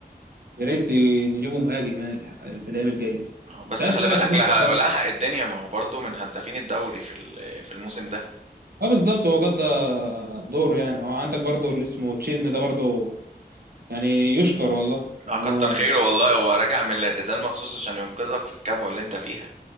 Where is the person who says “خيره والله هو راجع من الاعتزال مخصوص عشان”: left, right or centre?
Right